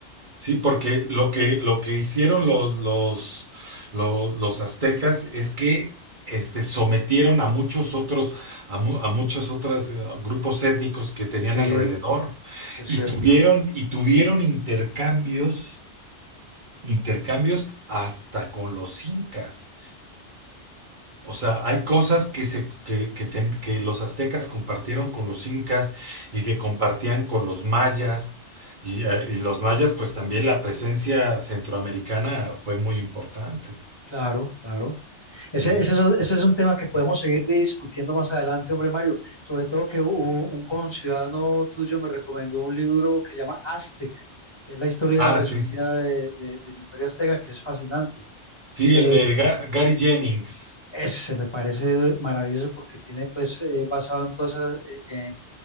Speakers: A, on the right; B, on the left.
A: Sí, porque lo que, lo que hicieron los, los, lo- los aztecas es que este, sometieron a muchos otros, a, mu- a muchos otros eh, grupos étnicos que tenían
B: Sí,
A: alrededor
B: es
A: y
B: cierto.
A: tuvieron, y tuvieron intercambios, intercambios hasta con los incas. O sea, hay cosas que, se, que, que ten- que los aztecas compartieron con los incas y que compartían con los mayas. Y, eh, y los mayas, pues también la presencia centroamericana fue muy importante.
B: Claro, claro. Ese,
A: Sí.
B: ese, es ese es un tema que podemos seguir discutiendo más adelante, hombre Mario. Sobre todo que un, un conciudadano tuyo me recomendó un libro que se llama Aztec, que es la historia
A: Ah,
B: resumida
A: sí.
B: de- de- del Imperio Azteca, que es fascinante.
A: Sí,
B: Eh,
A: el de Ga- Gary Jennings.
B: ese me parece maravilloso porque tiene, pues, eh, basado en todo, esa- eh, eh,